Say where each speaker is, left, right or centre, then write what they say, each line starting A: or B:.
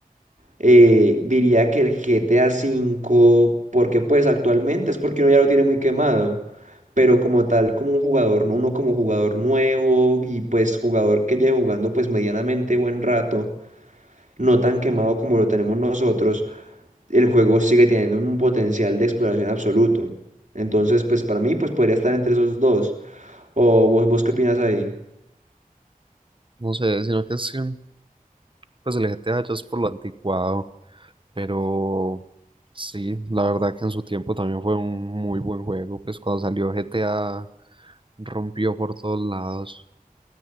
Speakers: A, on the right; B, on the right.
A: Eh, diría que el GTA V, porque pues actualmente es porque uno ya lo tiene muy quemado, pero como tal, como un jugador, uno como jugador nuevo y pues jugador que lleve jugando pues medianamente buen rato, no tan quemado como lo tenemos nosotros el juego sigue teniendo un potencial de exploración absoluto. Entonces, pues para mí, pues podría estar entre esos dos. ¿O vos, vos qué opinas ahí?
B: No sé, sino que es que, pues el GTA ya es por lo anticuado. Pero sí, la verdad que en su tiempo también fue un muy buen juego. Pues cuando salió GTA rompió por todos lados.